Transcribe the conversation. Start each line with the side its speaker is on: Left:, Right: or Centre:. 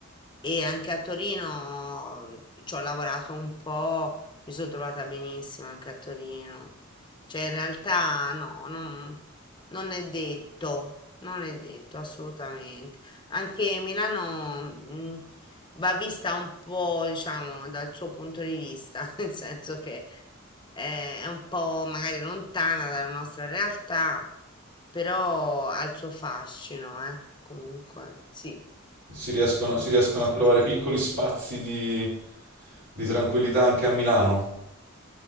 Left: E anche a Torino mhmm, ci ho lavorato un po', mi sono trovata benissimo anche a Torino. Cioè, in realtà no, non, non è detto, non è detto assolutamente. Anche Milano, mh, va vista un po', diciamo, dal suo punto di vista, <laughs> nel senso che eh, è un po' magari lontana dalla nostra realtà, però ha il suo fascino, eh, comunque, sì.
Right: si riescono, si riescono
Left: Sì.
Right: a trovare piccoli spazi di, di tranquillità anche a Milano.